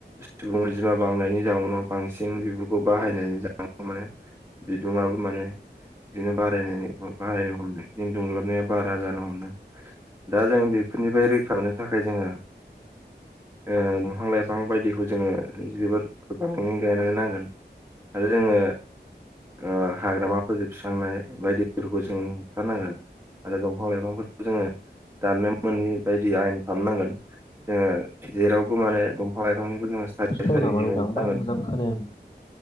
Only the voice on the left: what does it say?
स्ल'
नामा
नोंथां
बारा मोजां खोनाया